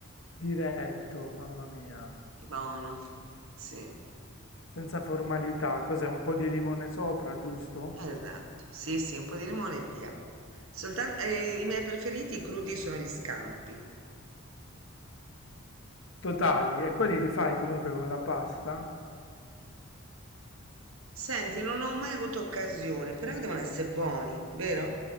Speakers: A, on the left (about 65°); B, on the right (about 70°).
A: diretto, mamma mia.
B: Buono. Sì.
A: Senza formalità, cos'è? Un po' di limone sopra, giusto?
B: Esatto, sì, sì, un po' di limone e via. Soltan- eh, i miei preferiti crudi sono gli scampi.
A: Totali, e quelli li fai comunque con la pasta?
B: Senti, non ho mai avuto occasione, però devono essere buoni, vero?